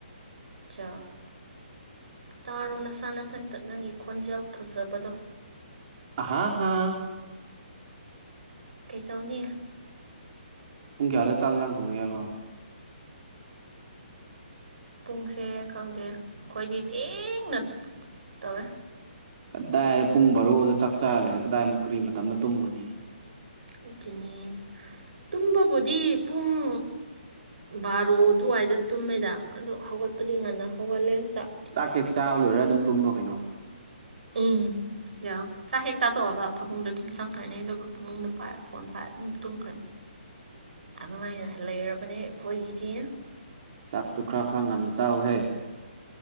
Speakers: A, on the right; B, on the right.
A: ꯑꯠꯆꯥꯥ ꯇꯥꯔꯣ ꯅꯁꯥꯅꯊꯟ ꯇꯠꯅꯪꯒꯤ ꯈꯣꯟꯖꯦꯜ ꯐꯖꯕꯗꯣ
B: ꯍꯥꯥ ꯍꯥꯥ
A: ꯀꯩꯇꯧꯅꯤ
B: ꯄꯨꯡ ꯀꯌꯥꯗ ꯆꯥꯡ ꯆꯥꯡ ꯊꯣꯡꯉꯦꯕꯣ
A: ꯄꯨꯡꯁꯦ ꯈꯪꯗꯦ ꯑꯩꯈꯣꯏꯗꯤ ꯊꯅ ꯇꯋꯦ
B: ꯀꯗꯥꯏꯗ ꯄꯨꯡ ꯕꯥꯔꯣꯗ ꯆꯥꯛ ꯆꯥꯔ ꯂꯩꯦ ꯀꯗꯥꯏ ꯀꯔꯤ ꯃꯇꯝꯗ ꯇꯨꯝꯒꯅꯤ
A: ꯑꯗꯨꯅꯦ ꯇꯨꯝꯕꯕꯨꯗꯤ ꯄꯨꯡ ꯕꯥꯔꯣ ꯑꯗꯨꯋꯥꯏꯗ ꯇꯨꯝꯃꯦꯗ ꯑꯗꯣ ꯍꯧꯒꯠꯄꯗꯤ ꯉꯟꯅ ꯍꯧꯒꯠꯂꯦ ꯆꯥꯛ
B: ꯆꯥꯛ ꯍꯦꯛ ꯆꯥꯕ ꯂꯣꯏꯔꯒ ꯑꯗꯨꯝ ꯇꯨꯝꯂꯣ ꯀꯩꯅꯣ
A: ꯎꯝ ꯌꯥ ꯆꯥꯛ ꯍꯦꯛ ꯆꯥꯊꯣꯛꯑꯕ ꯐꯃꯨꯡꯗꯣ ꯑꯗꯨꯝ ꯆꯪꯈ꯭ꯔꯅꯤ ꯑꯗꯨꯒ ꯐꯃꯨꯡꯗꯣ ꯄꯥꯏꯔ ꯐꯣꯟ ꯄꯥꯏꯔ ꯑꯗꯨꯝ ꯇꯨꯝꯈ꯭ꯔꯅꯤ ꯑꯗꯨꯃꯥꯏꯅ ꯂꯩꯔꯕꯅꯦ ꯑꯩꯈꯣꯏꯒꯤꯗꯤ
B: ꯆꯥꯛꯇꯨ ꯈꯔ ꯈꯔ ꯉꯟꯅ ꯆꯥꯎꯍꯦ